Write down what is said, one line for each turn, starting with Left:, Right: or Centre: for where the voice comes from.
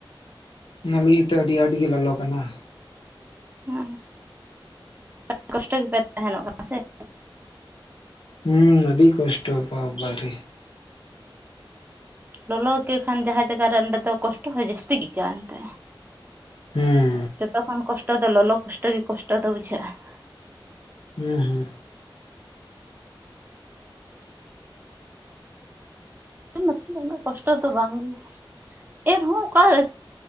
Left: ᱚᱱᱟ ᱞᱟᱜᱤᱫ ᱜᱮᱛᱚ ᱟᱹᱰᱤ ᱟᱸᱴ ᱜᱮ ᱞᱚᱞᱚ ᱠᱟᱱᱟ ᱾
Right: ᱦᱮᱸ ᱟᱹᱰᱤ ᱠᱚᱥᱴᱚ ᱜᱮᱯᱮ ᱛᱟᱦᱮᱱᱚᱜ ᱠᱟᱱᱟ ᱥᱮ ᱾
Left: ᱦᱩᱸ ᱟᱹᱰᱤ ᱠᱚᱥᱴᱚ ᱵᱟᱵᱟᱨᱮ
Right: ᱞᱚᱞᱚ ᱜᱮ ᱠᱷᱟᱱ ᱡᱟᱦᱟᱸ ᱡᱟᱭᱜᱟ ᱨᱮ ᱚᱸᱰᱮ ᱫᱚ ᱠᱚᱥᱴᱚ ᱦᱚᱸ ᱡᱟᱹᱥᱛᱤ ᱜᱮᱭᱟ ᱮᱱᱛᱮ,
Left: ᱦᱩᱸ
Right: ᱡᱚᱛᱚ ᱠᱷᱚᱱ ᱠᱚᱥᱴᱚ ᱫᱚ ᱞᱚᱞᱚ ᱠᱚᱥᱴᱚ ᱜᱮ ᱠᱚᱥᱴᱚ ᱫᱚ ᱵᱩᱡᱷᱟᱹᱜᱼᱟ ᱾
Left: ᱦᱮᱸ ᱦᱮᱸ
Right: ᱱᱚᱛᱮ ᱫᱚ ᱩᱱᱟᱹᱜ ᱠᱚᱥᱴᱚ ᱫᱚ ᱵᱟᱝᱜᱮ, ᱮᱱᱦᱚᱸ ᱚᱠᱟ